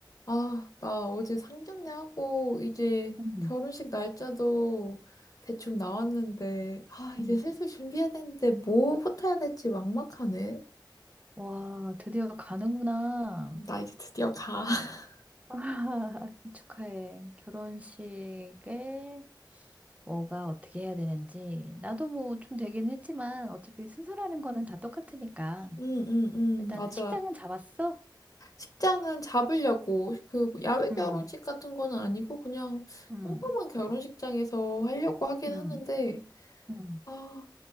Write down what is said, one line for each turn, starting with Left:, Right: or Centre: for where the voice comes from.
Left: 아, 나 어제 상견례하고 이제
Right: 음,
Left: 결혼식 날짜도 대충 나왔는데, 아, 이제
Right: 음.
Left: 슬슬 준비해야 되는데 뭐부터 해야 될지 막막하네.
Right: 와, 드디어 가는구나.
Left: 나 이제 드디어 가. <laughs>
Right: <laughs> 축하해. 결혼식에 뭐가 어떻게 해야 되는지. 나도 뭐 좀 되긴 했지만 어차피 순서라는 거는 다 똑같으니까.
Left: 응, 응, 응,
Right: 일단은
Left: <laughs> 맞아.
Right: 식장은 잡았어?
Left: 식장은 잡으려고 그 야외 결혼식
Right: 응,
Left: 같은 건 아니고 그냥
Right: 응,
Left: 평범한 결혼식장에서 하려고 하긴
Right: 응,
Left: 하는데,
Right: 응.
Left: 아,